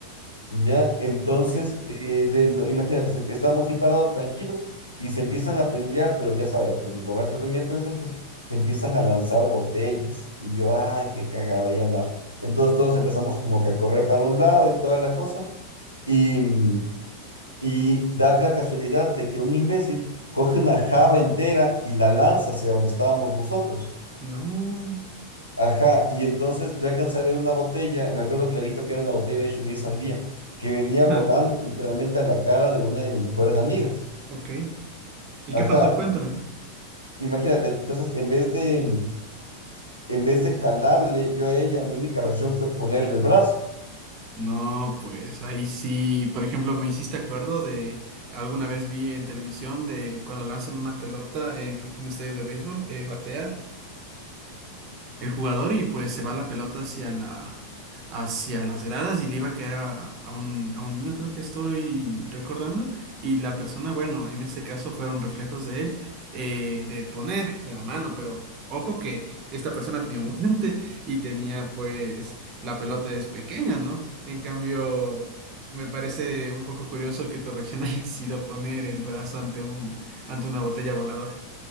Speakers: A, on the left (about 85°); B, on the right (about 35°).
A: Ya, entonces,
B: Ok.
A: eh, de lo- imagínate, se- estamos así parados, tranquilos, y se empiezan a pelear, pero ya sabes, pues los borrachos de miércoles estos se empiezan a lanzar botellas. Y yo, ay, qué cagada, ya nada. Entonces todos empezamos como que a correr para un lado y toda la cosa. Y, mm, y da la casualidad de que un imbécil coge una jaba entera y la lanza hacia donde estábamos nosotros.
B: No. <laughs>
A: Ajá, y entonces yo alcancé a ver una botella, me acuerdo clarito que era una botella de Shumir Sandía, que venía volando
B: Ah,
A: literalmente a la cara de una de mis mejores amigas.
B: ok. ¿Y
A: Ajá,
B: qué pasó? Cuéntame.
A: imagínate, entonces en vez de, en vez de jalarle yo a ella, mi única reacción fue ponerle el brazo.
B: No, pues ahí sí, por ejemplo, me hiciste acuerdo de, alguna vez vi en televisión de cuando lanzan una pelota en un estadio de béisbol, eh, batea, el jugador y pues se va la pelota hacia la, hacia las gradas y le iba a caer a, a un, a un niño, creo que estoy recordando, y la persona, bueno, en este caso fueron reflejos de él, eh, de poner la mano, pero... Ojo que esta persona tenía un <laughs> guante y tenía pues la pelota es pequeña, ¿no? En cambio, me parece un poco curioso que tu reacción <laughs> haya sido poner el brazo ante un, ante una botella voladora.